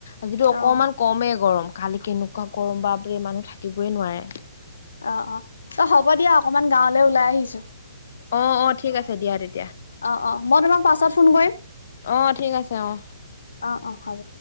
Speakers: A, on the left; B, on the left.
A: আজিতো অকমান
B: অ
A: কমেই গৰম, কালি কেনেকুৱা গৰম বাপৰে মানুহ থাকিবই নোৱায়ে।
B: অ অ এ হ'ব দিয়া অকমান গাঁৱলৈ ওলাই আহিছো।
A: অ অ ঠিক আছে দিয়া তেতিয়া।
B: অ অ মই তোমাক পাছত ফোন কৰিম।
A: অ ঠিক আছে অ
B: অ অ হ'ব।